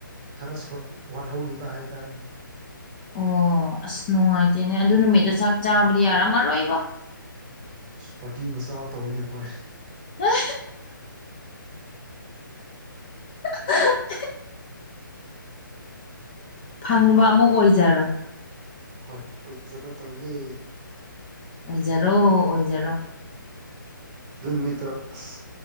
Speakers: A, on the right; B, on the left.
A: ꯈꯔ ꯋꯥꯠꯍꯧꯂꯤꯕ ꯍꯥꯏꯇꯥꯔꯦꯅꯦ
B: ꯑꯣ ꯑꯁ ꯅꯨꯡꯉꯥꯏꯇꯦꯅꯦ ꯑꯗꯨ ꯅꯨꯃꯤꯠꯇ ꯆꯥꯛ ꯆꯥꯕꯗꯤ ꯌꯥꯔꯝꯃꯔꯣꯏꯕꯣ
A: ꯄꯥꯔꯇꯤ ꯃꯆꯥ ꯇꯧꯋꯤꯅꯦ ꯑꯩꯈꯣꯏ
B: ꯎꯝ <inaudible> ꯎ <inaudible> ꯐꯪꯕ ꯑꯃꯨꯛ ꯑꯣꯏꯖꯔꯣ
A: ꯍꯣꯏ ꯐꯖꯕ ꯇꯧꯒꯦ
B: ꯑꯣꯏꯖꯔꯣ ꯑꯣꯏꯖꯔꯣ
A: ꯑꯗꯨ ꯅꯨꯃꯤꯠꯇꯣ ꯑꯁ